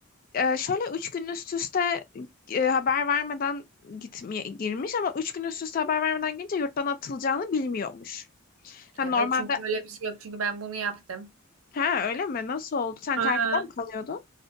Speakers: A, on the left; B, on the right.
A: Ee, şöyle üç gün üst üste e, haber vermeden gitmeye girmiş ama üç gün üst üste haber vermeden girince yurttan atılacağını bilmiyormuş. Ha,
B: Evet
A: normalde
B: çünkü öyle bir şey yok. Çünkü ben bunu yaptım.
A: ha öyle mi? Nasıl oldu? Sen
B: Ha.
A: Kaykı'da mı kalıyordun?